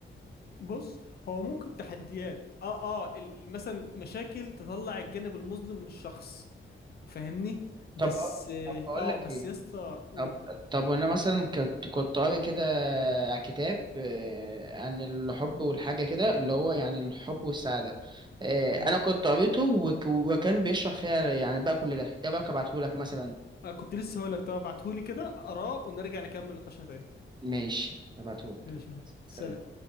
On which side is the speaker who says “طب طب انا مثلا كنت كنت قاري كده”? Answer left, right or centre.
Right